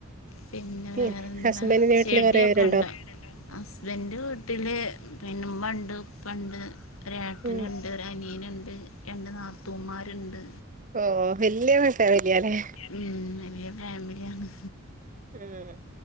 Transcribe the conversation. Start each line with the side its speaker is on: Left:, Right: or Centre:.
Left: പിന്നെ
Right: പി
Left: വേറെന്താ
Right: ഹസ്ബൻഡിന്റെ വീട്ടില്
Left: ചെടിയൊക്കെ
Right: കൊറേ പേരുണ്ടോ
Left: ഉണ്ടോ ഹസ്ബൻഡന്റെ വീട്ടില് പിന്നെ ഉമ്മുണ്ട് ഉപ്പ ഉണ്ട് ഒരു ഏട്ടനുണ്ട്
Right: ഉം
Left: ഒരു അനിയനണ്ട് രണ്ട് നാത്തൂമാരുണ്ട്
Right: ഓ വല്ഫാമിലിയല്ലല്ലേ
Left: ഉം വലിയ ഫാമിലിയാണ്
Right: ഉം